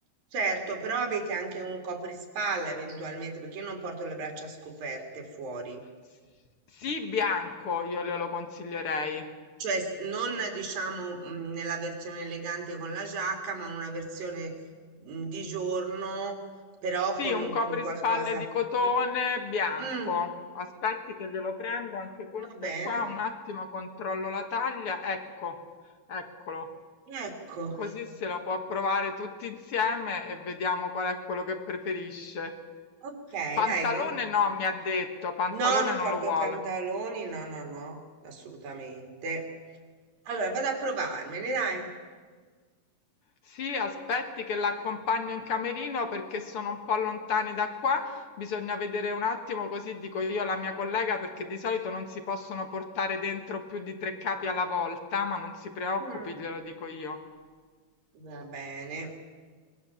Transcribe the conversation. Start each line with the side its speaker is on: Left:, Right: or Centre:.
Right: Certo, però avete anche un coprispalla eventualmente, perché io non porto le braccia scoperte fuori,
Left: S- Sì, bianco, io glielo consiglierei.
Right: cioè s- non diciamo mh, nella versione elegante con la giacca, ma una versione mh, di giorno, però
Left: Sì,
Right: con,
Left: un coprispalle
Right: con qualcosa.
Left: di cotone
Right: Mm,
Left: bianco.
Right: mm,
Left: Aspetti che glielo prendo, anche questo
Right: va bene,
Left: qua, un attimo controllo la taglia. Ecco, eccolo.
Right: ecco,
Left: Così se lo può provare tutti insieme e vediamo qual è quello che preferisce.
Right: ok,
Left: Pantalone
Right: dai. ve-
Left: no, mi ha detto, pantalone
Right: No, non
Left: non
Right: porto
Left: lo vuole.
Right: pantaloni, no, no, no, assolutamente. Allora, vado a provarmeli, dai.
Left: Sì, aspetti che la accompagno in camerino perché sono un po' lontani da qua, bisogna vedere un attimo, così dico io alla mia collega perché di solito non si possono portare dentro più di tre capi alla volta, ma non si preoccupi,
Right: Mm,
Left: glielo dico io.
Right: va bene.